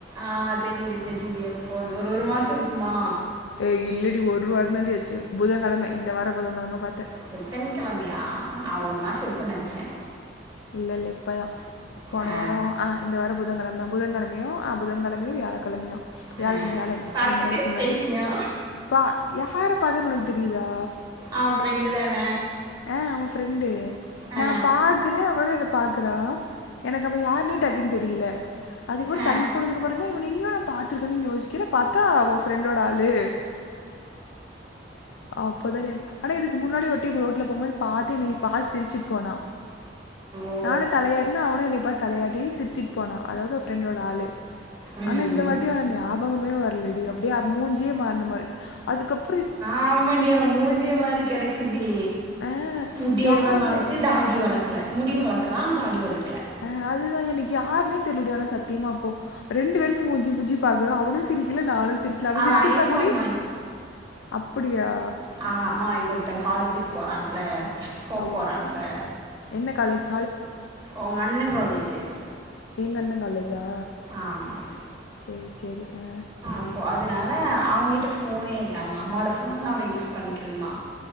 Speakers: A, on the right; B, on the left.
A: ஆ தெரியுது தெரியுது எப்போ ஒரு ஒரு மாச இருக்குமா
B: ஏ இல்லடி ஒரு வார தாண்டி ஆச்சு புதன்கிழமை இந்த வார புதன்கிழமை பாத்தே
A: புதன் கெழமையா நா ஒரு மாச இருக்கும்ன்னு நெனச்சே
B: இல்ல இல்ல இப்பதா போன
A: ஆ,
B: வார ஆ இந்த வார புதன்கிழம புதன்கிழமையு ஆ புதன்கிழமையு வியாழக்கெழமையு வியாழன்
A: ஆ.
B: வியாழன்
A: பாத்துட்டு
B: ரெண் நாளுக்கு முன்னாடி
A: பேசினியா?
B: பா யார பாத்தன்னு உனக்கு தெரியுதா
A: ஆ ஒ ஃப்ரெண்டு தான
B: ஆ அவ ஃப்ரெண்டு
A: ஆ,
B: நா பா க்கற அவளு என்ன பாக்குறா எனக்கு அவ யாருன்னே டக்குன் தெரியில அதுக்கப்றோ
A: ஆ.
B: தள்ளி போனதுக்கப்றோ தா இவன எங்கேயோ நா பாத்திருக்கன்னே யோசிக்கிற பாத்தா ஓ ஃப்ரெண்டோட ஆளு அப்பதா ஞா ஆனா இதுக்கு முன்னாடி ஒரு டைம் ரோட்ல போபோது பாத்து என்ன பாத்து சிரிச்சுட்டு போனா
A: ஓ!
B: நானு தலையாட்ன அவனு என்னை பாத் தலையாட்டி சிரிச்சிட் போனா அதாவுது ஓ ஃப்ரெண்டோட ஆளு
A: ம்.
B: ஆனா இந்த வாட்டி அவன ஞா பகமே வரலடி அப்டியா மூஞ்சே மாற்ன மாரி அதுக்கப்
A: ஆமாண்டி அவன் மூஞ்ஜே மாரி கெடக்குதே
B: ஆ
A: முடிய
B: யார்
A: எல்லா வளத்து தாடி
B: ஆ
A: வளக்கல முடி வளக்குறா ஆனா தாடி வளக்கல
B: ஆ அதுதா எனக்கு யாருனே தெர்லடி ஆனா சத்தியமா அப்போ ரெண்டு பேருமே மூஞ்சி முஞ்சி பாக்குறோ அவனு சிரிக்கல நானு சிரிக்கல அவ
A: அவன்
B: சிரிச்சிருந்தா
A: ஐஃபோன்
B: கூடி அப்டியா
A: அவுங்க அம்மா வாங்குடுத்த காலேஜுக்கு போறான்ல போ
B: ஓ
A: போறான்ல
B: என்ன காலேஜ்
A: உங்க அண்ண காலேஜு
B: எங்கெண்ண காலேஜா
A: ஆமா
B: சேரி சேரி அ
A: ப்போ அதனால அவங்கிட்ட ஃபோனே இல்ல அவுங்க அம்மோட ஃபோன தா அவ யூஸ் பண்ணிட்டு இருந்தா